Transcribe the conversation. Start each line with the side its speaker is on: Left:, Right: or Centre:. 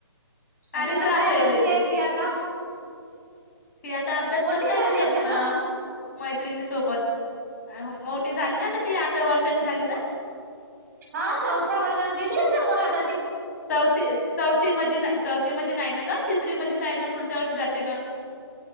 Right: अच्छा
Left: आणि त्रासही
Right: काय करतेय
Left: देते
Right: ती आता?
Left: ते आता अभ्यास
Right: मोठी
Left: करताय
Right: झाली
Left: तिजा
Right: असेल
Left: मं
Right: ना?
Left: मैत्रिणी सोबत मोठी झाली ना आता ती आठ वर्षाची झाली ना
Right: हा चौथ्या वर्गात गेली असल मग आत
Left: चौथी चौथी मधी ना चौथ मधि नाय न ग तिसरी मध्येच आहे ना पुढच्या वर्षी जाते न.